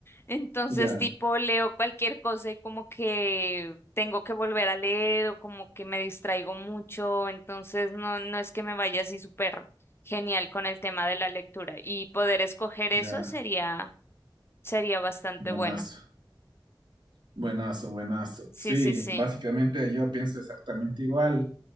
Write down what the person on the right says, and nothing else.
ya,
ya.
Buenazo,
buenazo, buenazo.
Sí,
básicamente yo pienso exactamente igual.